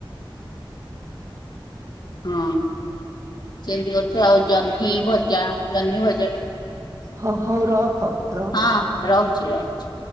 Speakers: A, on the left; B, on the right.
A: ହଁ ସେମିତି କରୁଛୁ ଆଉ ଜହ୍ନି ଭଜା। ଜହ୍ନି ଭଜା କେମିତି?
B: ହ ହଉ ରଖ। ରଖ।
A: ହଁ ରହୁଛି ରହୁଛି।